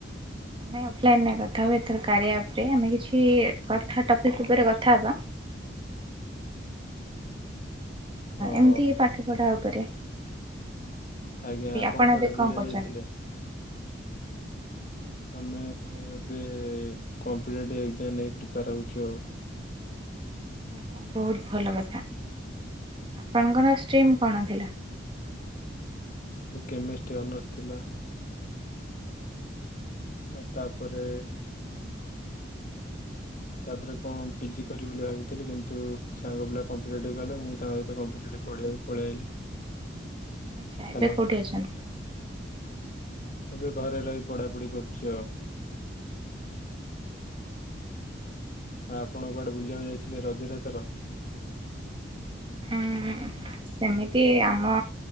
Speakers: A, on the right (about 30°); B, on the left (about 45°).
A: ଆମେ ଅଫଲାଇନ୍‌ ରେ କଥା ହବା, ଏଥର କାର୍ୟା ଆପ୍ ରେ ଆମେ କିଛି କଥା ଟପିକ୍ ଉପରେ କଥା ବା।
B: ହୁଁ ଓହୋ
A: ଏମ୍ତି ପାଠ ପଢ଼ା ଉପରେ କିଛି
B: ଆଜ୍ଞା,
A: ବି
B: ଆପଣ କୁଆଡ଼େ
A: ଏବେ କଣ
B: ବୁଲିବାକୁ
A: କରୁଛନ୍ତି?
B: ଯାଇଥିଲେ? <inaudible>
A: ହୋ ବହୁତ୍ ଭଲ କଥା, ଆପଣଙ୍କର ଷ୍ଟ୍ରୀମ୍ କ'ଣ ଥିଲା?
B: କେମେଷ୍ଟି ଅନ ଥିଲା। ଆଉ ତା'ପରେ ତା'ପରେ କ'ଣ ପିଜି କରିିବି ବୋଲି ଭାବିଥିଲି କିନ୍ତୁ ସାଙ୍ଗ ପିଲା କମ୍ପିଟେଟିଭ୍ ଗଲେ, ମୁଁ ତାଙ୍କ ସହିତ କମ୍ପିଟେଟିଭ୍ ପଢ଼ିବାକୁ ପଳେଇ ଆଇଲି।
A: ଆଚ୍ଛା,
B: ହ୍ୟାଲୋ
A: ଏବେ କଉଠି ଅଛନ୍ତି?
B: ଏବେ ଘରେ ରହି ପଢ଼ା ପଢ଼ି କରୁଛି ଆଉ। ଆପଣ କୁଆଡ଼େ ବୁଲିବାକୁ ଯାଇଥିଲେ ରଜରେ ଏଥର?
A: ଉଁ ସେମିତି ଆମ